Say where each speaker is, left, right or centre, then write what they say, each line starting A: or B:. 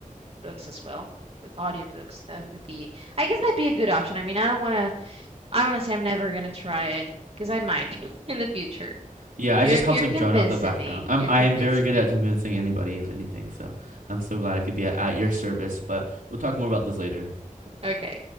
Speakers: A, on the right; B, on the right.
A: books as well with audiobooks. That would be I guess that'd be a good option. I mean, I don't want to I don't want to say I'm never going to try it because I might <laughs> in the future.
B: Yeah, I
A: You're
B: just
A: you're
B: helped like
A: convincing
B: drown out the background.
A: me.
B: I'm
A: You're
B: I
A: convincing
B: am very good
A: me.
B: at convincing anybody of anything, so I'm so glad I could be at, at your service. But we'll talk more about this later.
A: Okay.